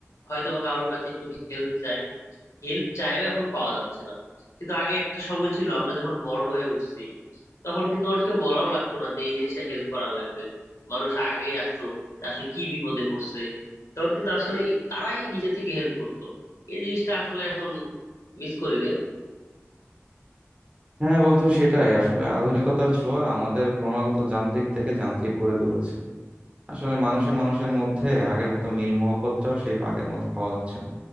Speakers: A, on the left; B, on the right.
A: হয়তো বা কারোর কাছে একটু হেল্প চাই হেল্প চাইও এখন পাওয়া যাচ্ছে না কিন্তু আগে একটা সময় ছিল আমরা যখন বড় হয়ে উঠছি তখন কিন্তু মানুষকে বলাও লাগতো না যে এই জিনিসটা হেল্প করার লাগবে মানুষ আগে আসতো আসলে কি বিপদে পড়ছে তখন কিন্তু আসলে তারাই নিজে থেকে হেল্প করতো এই জিনিসটা আসলে এখন মিস করি রে
B: হ্যাঁ বন্ধু সেটাই আসলে আধুনিকতার ছোঁয়া আমাদের ক্রমাগত যান্ত্রিক থেকে যান্ত্রিক করে তুলেছে আসলে মানুষে মানুষের মধ্যে আগের মতো মিল মহব্বতটাও সেই আগের মতো পাওয়া যাচ্ছে না